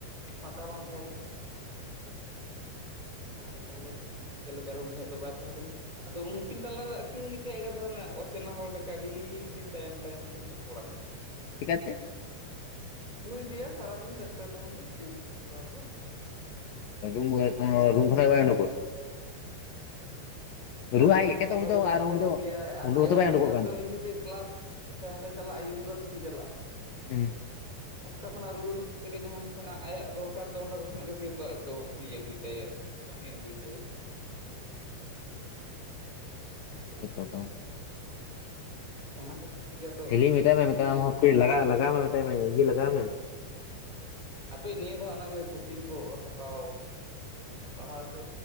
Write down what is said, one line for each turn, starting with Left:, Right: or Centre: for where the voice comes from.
Right: ᱯᱷᱟᱸᱠᱟ ᱵᱟᱝ ᱛᱟᱦᱮᱸ ᱠᱟᱱᱟ ᱟᱫᱚ ᱛᱟᱦᱞᱮ ᱤᱱᱠᱟᱹ ᱞᱮᱠᱟᱨᱮ ᱩᱱ ᱥᱚᱢᱚᱭ ᱫᱚ ᱵᱟᱭ ᱛᱟᱦᱮᱸᱠᱟᱱᱟ ᱟᱫᱚ ᱩᱱᱠᱤᱱ ᱛᱟᱞᱟᱨᱮ ᱟᱹᱠᱤᱱ ᱜᱮᱠᱤᱱ ᱮᱠᱫᱚᱢ ᱚᱪᱮᱱᱟ ᱦᱚᱲ ᱞᱮᱠᱟ ᱟᱹᱰᱤ ᱫᱤᱱ ᱛᱟᱭᱚᱢ ᱛᱟᱭᱚᱢ ᱛᱮ ᱠᱤᱱ ᱨᱚᱯᱚᱲᱟ ᱠᱤᱱ
Left: ᱪᱤᱠᱟᱹᱛᱮ?
Right: ᱱᱩᱭ ᱫᱚᱭᱟ ᱥᱟᱨᱟᱫᱤᱱ ᱵᱮᱥᱛᱚᱭ ᱛᱟᱦᱮᱱ ᱫᱚ ᱯᱤ ᱮᱤᱪ ᱰᱤ ᱮᱥᱠᱚᱞᱟᱨ ᱫᱚ
Left: <unintelligible> ᱨᱩᱢ ᱠᱷᱱᱟᱜᱮ ᱵᱟᱭ ᱚᱰᱚᱠᱜᱼᱟ?
Right: ᱦᱮᱸ
Left: ᱨᱩ
Right: ᱨᱩᱢ
Left: ᱟᱡ ᱮᱠᱮᱛᱚ
Right: ᱠᱷᱚᱱᱟᱜ
Left: ᱩᱱᱤ
Right: ᱵᱷᱟᱜᱮ
Left: ᱫᱚ
Right: ᱵᱟᱭ
Left: ᱟᱨ
Right: ᱩᱰᱩᱠᱚᱜ
Left: ᱩᱱᱤ ᱫᱚ
Right: ᱜᱮᱭᱟᱭ ᱟᱨ
Left: ᱩᱰᱩᱠ
Right: ᱟᱭᱟᱜ
Left: ᱦᱚᱸᱛᱚ ᱵᱟᱭ
Right: ᱫᱚᱨᱠᱟᱨ
Left: ᱩᱰᱩᱠᱚᱜ ᱠᱟᱱ
Right: ᱫᱚ
Left: ᱛᱟᱦᱮᱱᱟ
Right: ᱮᱢᱱᱤᱛᱮ ᱠᱮᱞᱟᱥ ᱥᱮ ᱦᱟᱸᱰᱮ ᱪᱟᱞᱟᱜ ᱤᱭᱩᱱᱤᱵᱷᱟᱨᱥᱤᱴᱤ ᱪᱟᱞᱟᱜᱼᱟᱭ
Left: ᱦᱩᱸ
Right: ᱚᱸᱰᱮ ᱠᱷᱚᱱᱟᱜ ᱨᱩᱣᱟᱹᱲ ᱦᱤᱡᱩᱜ ᱛᱮᱜᱮ ᱡᱟᱦᱟᱸᱱ ᱟᱭᱟᱜ ᱫᱚᱨᱠᱟᱨ ᱫᱚ ᱚᱸᱰᱮ ᱠᱷᱚᱱᱟᱜ ᱜᱮ ᱟᱡ ᱫᱚ ᱤᱭᱟᱹ ᱟᱜᱩᱭ ᱛᱟᱭᱟᱭ ᱠᱟᱹᱢᱤ ᱟᱹᱜᱩᱭ ᱛᱟᱭᱟᱭ
Left: ᱦᱩᱸ
Right: ᱵᱩᱡᱷᱟᱹᱣ
Left: ᱡᱚᱛᱚ ᱠᱟ
Right: ᱚᱱᱟ ᱠᱷᱟᱹᱛᱤᱨ ᱛᱮᱜᱮ ᱟᱫᱚ
Left: ᱦᱤᱞᱤ ᱢᱮᱛᱟᱭ
Right: ᱱᱩᱭ
Left: ᱢᱮᱛᱟᱭ ᱢᱮ
Right: ᱫᱚ
Left: ᱟᱢ ᱦᱚᱸ
Right: ᱮᱠᱞᱟ
Left: ᱯᱤ ᱞᱟᱜᱟᱣ
Right: ᱠᱟᱱᱟ᱾
Left: ᱞᱟᱜᱣᱟ ᱢᱮ ᱢᱮᱛᱟᱭ ᱢᱮ ᱤᱭᱟᱹ ᱞᱟᱜᱟᱣ ᱢᱮ
Right: ᱦᱟᱯᱮ ᱱᱤᱭᱟᱹ ᱫᱷᱟᱣ ᱚᱱᱟᱜᱮ ᱠᱳᱪᱤᱝ ᱠᱚ ᱦᱟᱛᱟᱣ ᱯᱟᱲᱦᱟᱣ ᱪᱚ